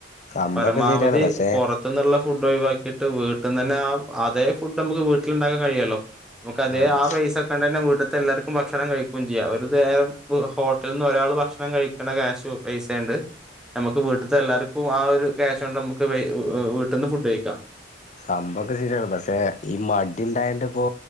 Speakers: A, on the left (about 40°); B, in the centre.
A: സംഭവൊക്കെ
B: പരമാവധി
A: ശരിയാണ് പക്ഷെ
B: പൊറത്ത്ന്നുള്ള ഫുഡ് ഒഴുവാക്കിട്ട് ട്ട് വീട്ട്ന്നന്നെ ആ അതേ ഫുഡമ്മക്ക് വീട്ടിലുണ്ടാക്കാൻ കഴിയല്ലോ നമുക്കതേ
A: ആഹ്
B: ആ പൈസ ന്നെ വീട്ട്ത്തെ എല്ലാർക്കും ഭക്ഷണം കഴിക്കും ചെയ്യാം ഒരു നേരം ഹോട്ടൽന്ന് ഒരാള് ഭക്ഷണം കഴിക്കണ ക്യാശു പൈസെണ്ട്. നമുക്ക് വീട്ടിത്തെ എല്ലാർക്കും ആ ഒരു ക്യാഷ് കൊണ്ടമ്മക്ക് വയ്-വ് വീട്ടീന്ന് ഫുഡ് കഴിക്കാം.
A: സംഭവൊക്കെ ശരിയാണ് പഷെ ഈ മടി ഉണ്ടായണ്ട്പ്പോ